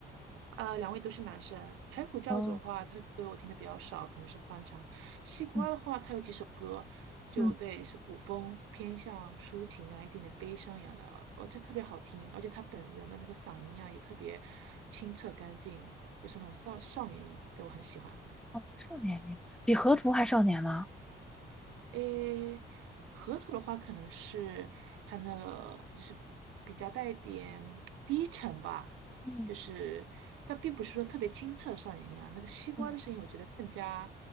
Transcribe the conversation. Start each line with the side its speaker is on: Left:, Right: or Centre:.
Right: 呃，两位都是男生。排骨教主的话，
Centre: 哦，
Right: 他的歌我听的比较少，可能是翻唱。西瓜的话，
Centre: 嗯
Right: 他有几首歌，就对，
Centre: 嗯，
Right: 是古风，偏向抒情啊，一点点悲伤一样的，而且特别好听。而且他本人的那个嗓音啊，也特别清澈干净，就是那种少少年音，对我很喜欢。
Centre: 哦，少年音，比河图还少年吗？
Right: 诶，河图的话可能是它那个就是比较带一点低沉吧，
Centre: 嗯
Right: 就是但并不是说特别清澈的少年音啊。那个西瓜的声音，
Centre: 嗯
Right: 我觉得更加